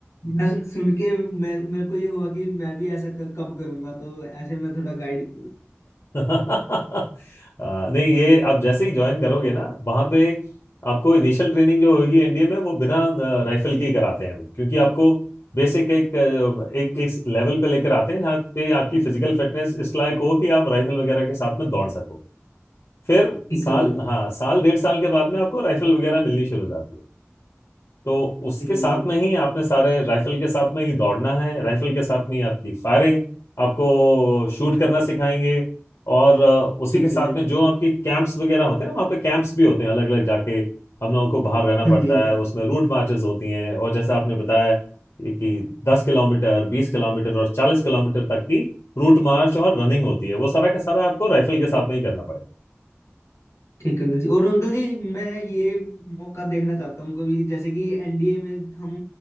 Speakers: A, on the left; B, on the left.
A: मैं सुन के मैं मेरे को ये हुआ कि मैं भी ऐसा क- कब करूंगा तो ऐसे मैं थोड़ा गाइड
B: <laughs> आ, नहीं ये आप जैसे ही ज्वाइन करोगे ना वहां पे आपको इनिशियल ट्रेनिंग जो होगी एनडीए में वो बिना राइफल के ही कराते हैं वो। क्योंकि आपको बेसिक एक अ, एक एक लेवल पे लेकर आते हैं जहाँ पे आपकी फिजिकल फिटनेस इस लायक हो कि आप राइफल वगैरह के साथ में दौड़ सको फिर
A: ठीक
B: साल
A: है अंकल जी
B: हाँ साल डेढ़ साल के बाद में आपको राइफल वगैरह मिलनी शुरू हो जाती है तो उसके
A: ठीक है
B: साथ
A: अंकल
B: में ही
A: जी
B: आपने सारे राइफल के साथ में ही दौड़ना है राइफल के साथ में ही आपकी फायरिंग आपको शूट करना सिखाएंगे और अ, उसी
A: ठीक
B: के साथ
A: है अंकल जी
B: में जो आपके कैंप्स वगैरह होते हैं ना वहाँ पे कैंप्स भी होते हैं अलग अलग जाके हम लोगों को बाहर रहना पड़ता
A: हाँ जी
B: है उसमें रूट मार्चेस होती हैं और जैसे आपने बताया कि कि दस किलोमीटर बीस किलोमीटर और चालीस किलोमीटर तक की रूट मार्च और रनिंग होती है वो सारा का सारा आपको राइफल के साथ में ही करना
A: ठीक है अंकल जी और अंकल जी मैं ये मौका देखना चाहता हूँ कभी जैसे कि एनडीए में हम